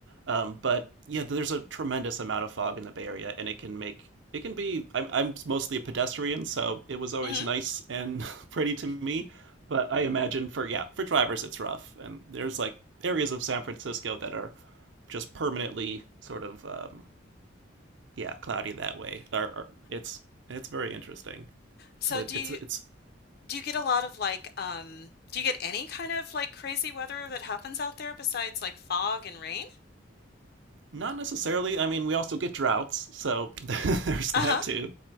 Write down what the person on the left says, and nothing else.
hmm
So
do
you
do you get a lot of like um do you get any kind of like crazy weather that happens out there besides like fog and rain?
Uh-huh.